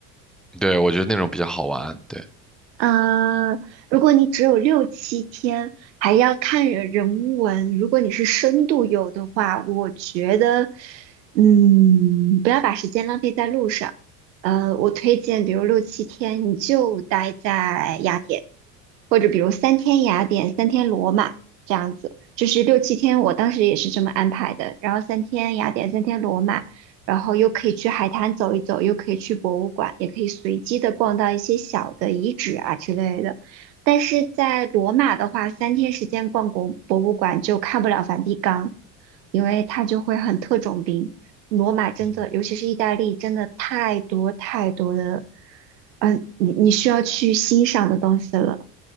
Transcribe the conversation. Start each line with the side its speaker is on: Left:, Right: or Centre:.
Centre: 对，我觉得那种比较好玩。对，
Right: 嗯，如果你只有六七天，还要看人人文，如果你是深度游的话，我觉得，嗯，不要把时间浪费在路上。呃，我推荐，比如六七天，你就待在雅典。或者比如三天雅典、三天罗马这样子，就是六七天，我当时也是这么安排的。然后三天雅典、三天罗马，然后又可以去海滩走一走，又可以去博物馆，也可以随机的逛到一些小的遗址啊之类的。但是在罗马的话，三天时间逛国博物馆就看不了梵蒂冈，因为它就会很特种兵。罗马真的，
Centre: 嗯，
Right: 尤其是意大利，真的太多太多的，嗯，你你需要去欣赏的东西了。